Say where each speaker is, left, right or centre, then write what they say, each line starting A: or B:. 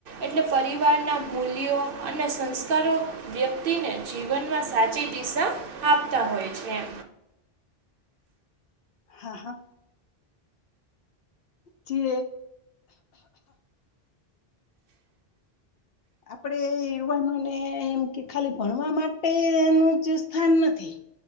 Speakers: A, on the right; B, on the left.
A: એટલે પરિવારના મૂલ મૂલ્ય અને સંસ્કારો વ્યક્તિને જીવનમાં સાચી દિશા આપતા હોય છે.
B: હા હા. કે આપણેે યુવાનોને એમ કે ખાલી ભણવા માટેનું જ સ્થાન નથી.